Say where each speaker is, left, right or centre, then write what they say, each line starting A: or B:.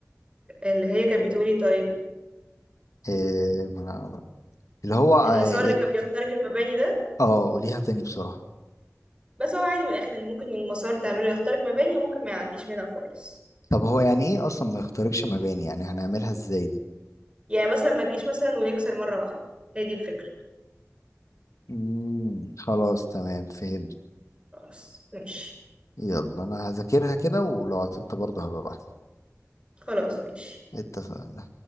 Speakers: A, on the right; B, on the left.
A: اللي هي كانت بتقولي طيب
B: آه ما- اللي هو اه
A: المسار اللي كان بيخترق المباني ده
B: آه، قوليها تاني بسرعة
A: بس هو عادي من الآخر إن ممكن المسار تعمله يخترق مباني وممكن ما يعديش منها خالص
B: طب هو يعني ايه اصلا ما يخترقش مباني يعني هنعملها ازاي دي
A: يعني مثلا ما تجيش مثلا ويكسر مرة واحدة هي دي الفكرة
B: مم. خلاص تمام فهمت
A: خلاص ماشي
B: يلا انا هذاكرها كده ولو قفلت برضه هبقى بحث
A: خلاص ماشي
B: اتفقنا